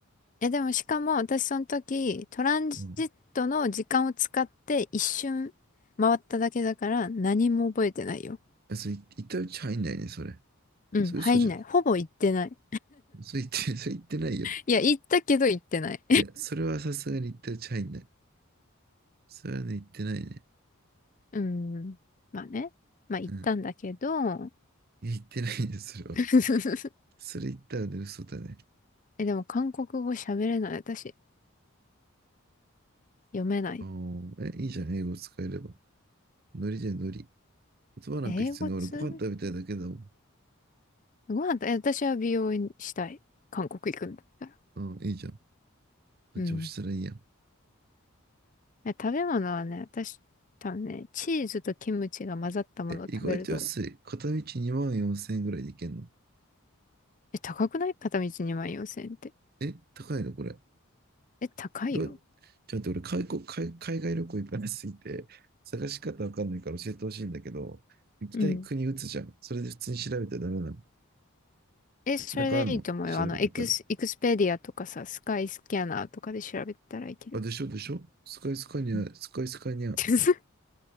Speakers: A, on the left; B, on the right.
A: え、でもしかも私その時、トランジットの時間を使って一瞬回っただけだから何も覚えてないよ。
B: うん。あ、それ、い行ったうち入んないね、それ。
A: うん、
B: それ嘘じゃん。
A: 入んない。ほぼ行ってない。
B: それ言って、それ言ってないよ。
A: いや、行ったけど行ってない。
B: いや、それはさすがに行ったうち入んない。それはね、言ってないね。
A: <laughs> うん。まあね。まあ行ったんだけど、
B: うん。言ってないんです、それは。
A: <laughs>
B: それ言ったらね、嘘だね。
A: え、でも韓国語喋れない私。読めない。
B: あーえ、いいじゃん、英語使えれば。ノリじゃんノリ。言葉なんか必要ない。
A: 英語通
B: 俺、ご飯食べたいだけだもん。
A: ご飯と、え、私は美容院したい。韓国行くんだったら。
B: うん、いいじゃん。どっちもしたらいいやん。
A: うん。え、食べ物はね、私、多分ね、チーズとキムチが混ざったものを食べると、
B: え、意外と安い。片道2万4000円ぐらいで行けんの。
A: え、高くない片道2万4千円って。
B: え、高いのこれ。
A: え、高いよ。
B: どう、ちょっと俺海国、海、海外旅行行かなすぎて、探し方わかんないから教えてほしいんだけど、行きたい国打つじゃん。
A: うん。
B: それで普通に調べたらダメなの。
A: え、それでいいと思うよ。
B: なんかあんの調べ方が。
A: あの、エクス、エクスペディアとかさ、スカイスキャナーとかで調べたらいける。
B: あ、でしょでしょスカイスカニア、
A: うん
B: スカイスカニア、
A: <laughs>